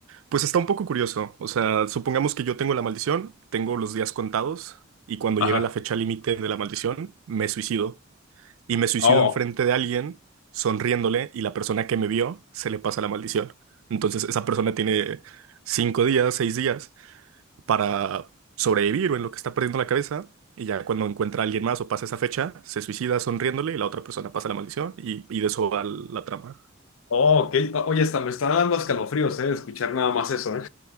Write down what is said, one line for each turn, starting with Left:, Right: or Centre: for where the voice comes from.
Right: Pues está un poco curioso. O sea, supongamos que yo tengo la maldición, tengo los días contados y cuando
Left: ajá.
Right: llega la fecha límite de la maldición, me suicido. y me suicido
Left: Oh,
Right: enfrente de alguien, sonriéndole, y la persona que me vio se le pasa la maldición. Entonces esa persona tiene cinco días, seis días para sobrevivir o en lo que está perdiendo la cabeza. Y ya cuando encuentra a alguien más o pasa esa fecha, se suicida sonriéndole y la otra persona pasa la maldición y, y de eso va la trama.
Left: oh, ok. O- Oye, hasta me están dando escalofríos, ¿eh? Escuchar nada más eso, ¿eh?